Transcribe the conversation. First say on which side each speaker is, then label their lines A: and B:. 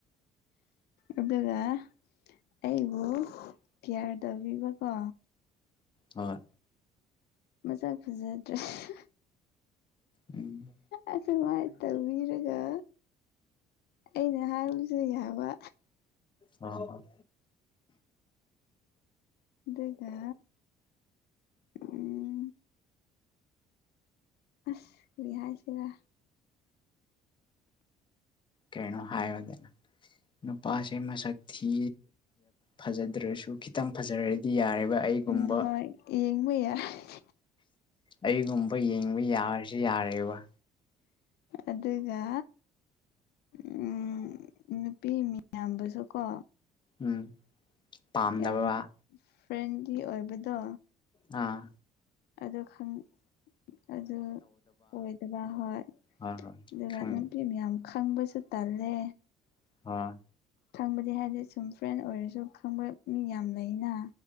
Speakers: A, on the left; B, on the left.
A: ꯑꯗꯨꯒ ꯑꯩꯕꯨ ꯀꯤꯌꯥꯔ ꯇꯧꯕꯤꯕꯀꯣ
B: ꯍꯣꯏ
A: ꯃꯁꯛꯛ ꯐꯖꯗ꯭ꯔꯁꯨ
B: ꯎꯝ
A: ꯑꯁ ꯃꯥꯥꯏ ꯇꯧꯕꯤꯔꯒ ꯑꯩꯅ ꯍꯥꯏꯕꯁꯨ ꯌꯥꯕ
B: ꯑ ꯍ
A: ꯑꯗꯨꯒ ꯎꯝ ꯑꯁ ꯀꯔꯤ ꯍꯥꯏꯁꯤꯔ
B: ꯀꯩꯅꯣ ꯍꯥꯏꯌꯣꯅꯦ ꯅꯨꯄꯥꯁꯦ ꯃꯁꯛ ꯊꯤ ꯐꯖꯗ꯭ꯔꯁꯨ ꯈꯤꯇꯪ ꯐꯖꯔꯗꯤ ꯌꯥꯔꯦꯕ ꯑꯩꯒꯨꯝꯕ
A: ꯎꯝ ꯍꯣꯏ ꯌꯦꯡꯕ ꯌꯥꯏ
B: ꯑꯩꯒꯨꯝꯕ ꯌꯦꯡꯕ ꯌꯥꯔꯁꯨ ꯌꯥꯔꯦꯕ
A: ꯑꯗꯨꯒ ꯎꯝ ꯅꯨꯄꯤ ꯃꯌꯥꯝꯕꯁꯨ ꯀꯣ
B: ꯎꯝ ꯄꯥꯝꯗꯕ
A: ꯌꯥꯝ ꯐ꯭ꯔꯦꯟꯂꯤ ꯑꯣꯏꯕꯗꯣ
B: ꯑꯥ
A: ꯑꯗꯣ ꯈꯪ ꯑꯗꯨ ꯑꯣꯏꯗꯕ ꯍꯣꯏ
B: ꯍꯣꯏ ꯍꯣꯏ
A: ꯑꯗꯨꯒ
B: ꯈꯪꯉꯦ
A: ꯅꯨꯄꯤ ꯃꯌꯥꯝ ꯍꯪꯕꯁꯨ ꯇꯜꯂꯦ
B: ꯍꯥ
A: ꯈꯪꯕꯗꯤ ꯍꯥꯏꯗꯤ ꯁꯨꯝ ꯐ꯭ꯔꯦꯟ ꯑꯣꯏꯔꯁꯨ ꯈꯪꯕ ꯃꯤ ꯌꯥꯝ ꯂꯩꯅ